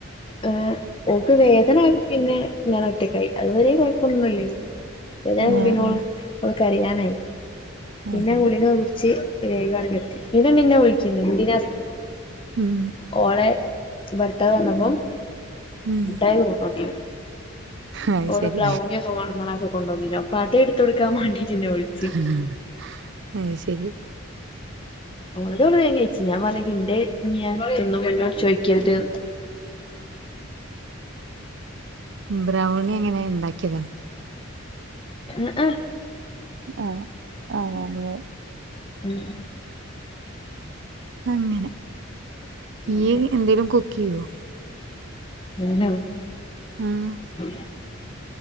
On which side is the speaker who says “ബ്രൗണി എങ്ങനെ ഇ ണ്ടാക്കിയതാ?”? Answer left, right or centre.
Right